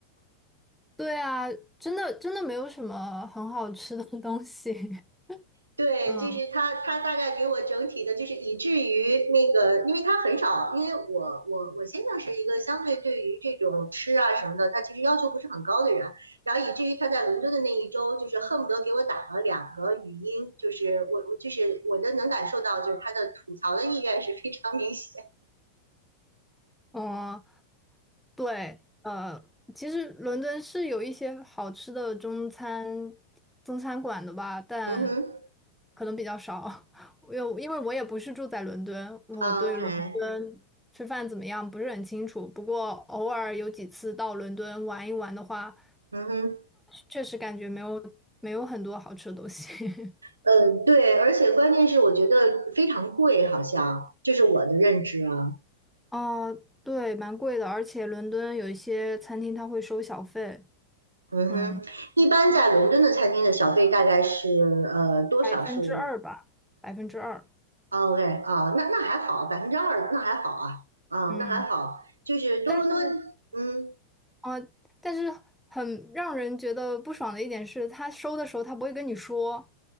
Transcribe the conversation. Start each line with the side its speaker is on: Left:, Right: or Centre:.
Centre: 对啊，真的真的没有什么很好吃的东西。<laughs>
Right: 对，
Centre: 嗯
Right: 就是他，他大概给我整体的，就是以至于那个，因为他很少，因为我我我先生是一个相对对于这种吃啊什么的，他其实要求不是很高的人，然后以至于他在伦敦的那一周，就是恨不得给我打了两个语音，就是我我就是我的能感受到，就是他的吐槽的意愿是非常明显。
Centre: 嗯，对，呃，其实伦敦是有一些好吃的中餐中餐馆的吧，但
Right: <laughs> 嗯哼
Centre: 可能比较少。<laughs> 因为因为我也不是住在伦敦，我对伦敦吃饭怎么样不是很清楚。
Right: 啊，OK，
Centre: 不过偶尔有几次到伦敦玩一玩的话，
Right: 嗯哼，
Centre: 确实感觉没有没有很多好吃的东西。<laughs>
Right: 嗯，对，而且关键是我觉得非常贵，好像这是我的认知啊。
Centre: 哦，对，蛮贵的，而且伦敦有一些餐厅它会收小费，
Right: 嗯哼，
Centre: 嗯，
Right: 一般在伦敦的餐厅的小费大概是呃多少是
Centre: 百分之二吧，百分之二，
Right: 啊？OK 啊，那那还好，百分之二那还好啊啊，
Centre: 嗯。
Right: 那还好，就是多伦多，
Centre: 但是，
Right: 嗯
Centre: 啊，但是很让人觉得不爽的一点是，他收的时候他不会跟你说，